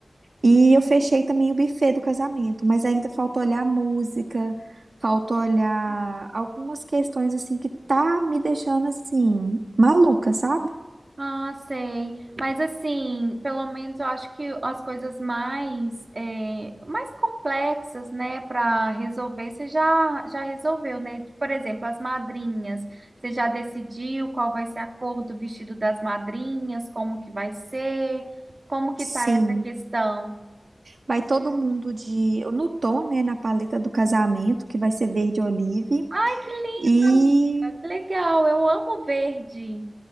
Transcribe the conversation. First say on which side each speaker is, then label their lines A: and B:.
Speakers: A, on the right (about 80°); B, on the right (about 55°).
A: E eu fechei também o buffet do casamento, mas ainda falta olhar a música, falta olhar algumas questões assim que tá me deixando assim maluca, sabe?
B: Ah, sei. Mas assim, pelo menos eu acho que as coisas mais, é, mais complexas, né, para resolver, você já, já resolveu, né? Por exemplo, as madrinhas. Você já decidiu qual vai ser a cor do vestido das madrinhas, como que vai ser, como que
A: Sim.
B: tá essa questão?
A: Vai todo mundo de no tom, né, na paleta do casamento, que vai ser verde olive.
B: Ai, que lindo,
A: E
B: amiga. Que legal. Eu amo verde.